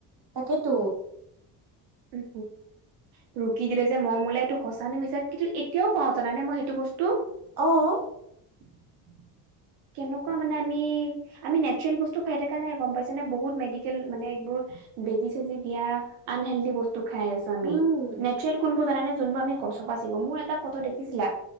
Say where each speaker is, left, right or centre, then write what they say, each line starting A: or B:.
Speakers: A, on the right; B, on the right.
A: তাকেতো
B: উম হম কি দিলে যে মম ওলাই এইটো সঁচা নে মিচা কিন্তু এতিয়াও পাও জানা নে মই সেইটো বস্তু।
A: অ'।
B: <inaudible> কেনেকুৱা মানে আমি আমি নেচাৰেল বস্তু খাই থকা নাই গম পাইছে নে বহুত মেডিকেল মানে <unintelligible> বেজি-চেজি দিয়া আনহেল্ডি বস্তু খাই আছো আমি।
A: উম
B: কোন বোৰ জানানে যোনবোৰ আমি গছৰপা চিঙু মোৰ এটা ফটো দেখিছিলা